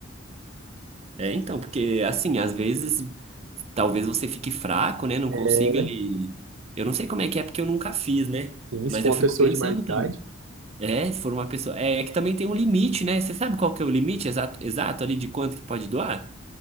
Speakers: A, on the right (about 30°); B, on the right (about 85°).
A: É, então, porque assim, às vezes talvez você fique fraco, né? Não
B: é,
A: consiga
B: né?
A: ali. Eu não sei como é que é, porque eu nunca fiz, né?
B: Sim,
A: Mas
B: se for
A: eu
B: uma
A: fico
B: pessoa
A: pensando
B: de mais idade.
A: também. É, se for uma pessoa. É, é que também tem um limite, né? Você sabe qual que é o limite exato, exato ali de quanto que pode doar?